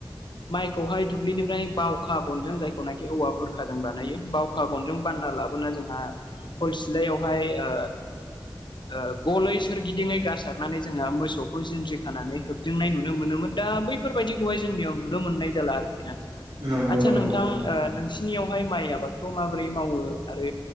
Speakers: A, on the left; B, on the right.
A: माइ खौहाय दुब्लिनिफ्राय बावखा गनजों जायखौनाखि औवा बुरखाजों बानायो बावखा गनजों बानना लाबोनानै जोंहा खल सिलायावहाय ओ ओ गलै सोरगिदिङै गारसारनानै जोंहा मोसौखौ जिनज्रि खानानै होबदिंनाय नुनो मोनो मोन दा बैफोरबायदिखौहाय जोंनियाव नुनो मोननाय जाला आरोखि ना नोंथां।
B: नंगौ
A: आदसा
B: नंगौ
A: नोंथां
B: थारैनो
A: ओ नोंसिनियाव माइ आबादखौ मा माबोरै मावो आरो